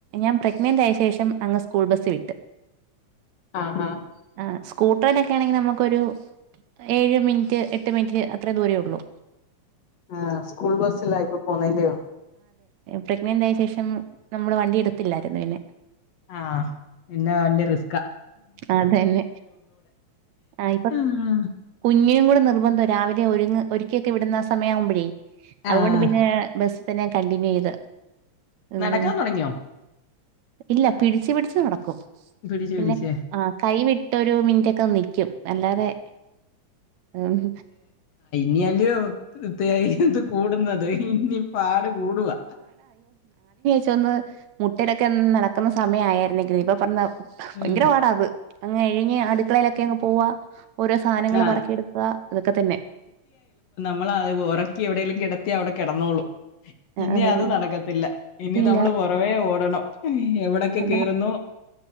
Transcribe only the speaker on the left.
ആ
ആ സ്കൂൾ ബസ്സില ഇപ്പൊ പോന്നല്ലയോ
ആഹ പിന്നെ വണ്ടി റിസ്ക
ആഹ്
ആഹ്
നടക്കാൻ തുടങ്ങിയോ
പിടിച്ചേ
പിടിച്ചേ
നിിയലിയോ കൃത്തിയായി ഇത് കൂടുന്നത് ഇനി പാട് കൂടുവാ
ഉം
ആഹ്
നമ്മളാ ഉറക്കി എവിടേലും കെടത്തിയാ അവിടെ കെടന്നോളും. ഇനി
അത് നടക്കത്തില്ല. ഇനി
നമ്മള് പൊറവേ ഓടണം. എവിടെക്കെ
കേറുന്നു.